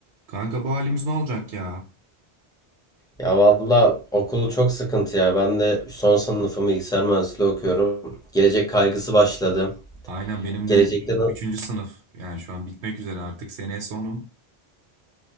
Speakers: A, on the right; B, in the centre.
A: Kanka bu halimiz ne olacak ya?
B: Ya valla okul çok sıkıntı ya. Ben de son sınıfım bilgisayar mühendisliği okuyorum. Gelecek kaygısı başladı.
A: Aynen benim
B: Gelecekte
A: de
B: na-
A: üçüncü sınıf. Yani şu an bitmek üzere artık. Seneye sonum.